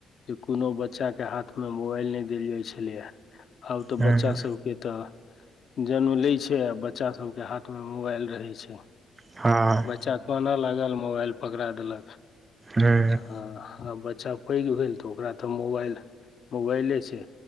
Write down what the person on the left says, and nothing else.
जे कोनो बच्चा बच्चा के हाथ मे मोबाइल नहि देल जाय छलैएा आब तऽ
बच्चा
सबके तऽ जन्म लै छैय आ बच्चा सभके हाथमे मोबाइल रहै छैय।
बच्चा कान लागल मोबाइल पकड़ा देलक
अच्छा पैघ भेल तऽ ओकरा तऽ मोबाइल मोबाइले छैय।